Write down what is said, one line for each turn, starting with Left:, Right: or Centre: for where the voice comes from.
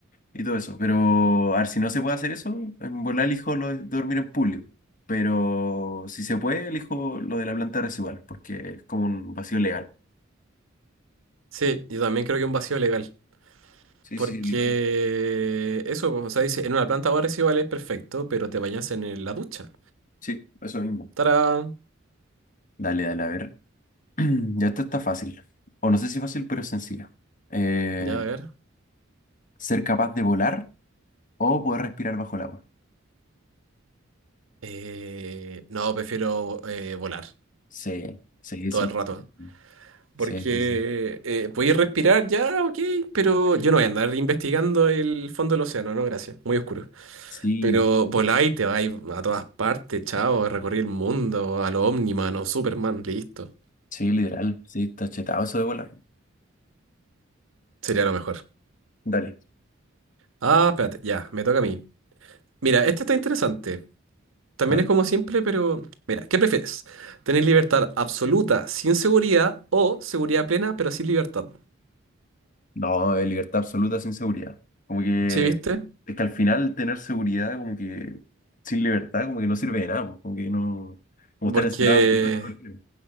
Left: y todo eso. Pero a ver si no se puede hacer eso, en volar elijo lo de dormir en público. Pero si se puede, elijo lo de la planta residual, porque es como un vacío legal.
Right: Sí, yo también creo que un vacío legal.
Left: Sí,
Right: Porque
Left: sí, elijo.
Right: eso, pues, o sea, dice, en una planta de aguas residuales perfecto, pero te bañas en el- la ducha.
Left: Sí, eso mismo.
Right: Tará.
Left: Dale, dale, a ver. <clears throat> Ya esto está fácil. O no sé si fácil, pero es sencillo. Eh,
Right: Ya, a ver.
Left: ser capaz de volar o poder respirar bajo el agua.
Right: Eh, no, prefiero eh, volar
Left: Sí, sí,
Right: todo
Left: 100%.
Right: el rato. Porque
Left: Sí, sí, sí.
Right: eh, podéis respirar ya, ok, pero yo no voy a andar investigando el fondo del océano, no, gracias, muy oscuro.
Left: Sí,
Right: Pero voláis, te vais a todas partes, chao, recorrí el mundo, a lo Omniman o Superman, listo.
Left: sí, literal. Sí, está chetado eso de volar.
Right: Sería lo mejor.
Left: Dale.
Right: Ah, espérate, ya, me toca a mí. Mira, este está interesante. También
Left: No,
Right: es como siempre, pero mira, ¿qué prefieres? ¿Tener libertad absoluta sin seguridad o seguridad plena pero sin libertad?
Left: no, es libertad absoluta sin seguridad. Como que
Right: ¿Sí viste?
Left: es que al final tener seguridad, como que sin libertad, como que no sirve de nada, pues, como que no. Como estar
Right: Porque
Left: encerrado en tu casa todo el tiempo.